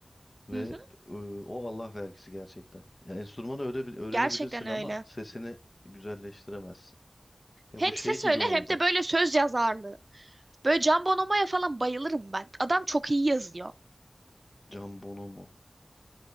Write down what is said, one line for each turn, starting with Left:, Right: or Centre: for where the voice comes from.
Left: ve
Right: Hı hı.
Left: e, o Allah vergisi gerçekten. Ya enstrümanı öyle bir öğrenebilirsin
Right: Gerçekten
Left: ama
Right: öyle.
Left: sesini güzelleştiremezsin. Ya
Right: Hem
Left: bu şey
Right: ses
Left: gibi
Right: öyle
Left: oldu.
Right: hem de böyle söz yazarlığı. Böyle Can Bonomo'ya falan bayılırım ben. Adam çok iyi yazıyor.
Left: Can Bonomo.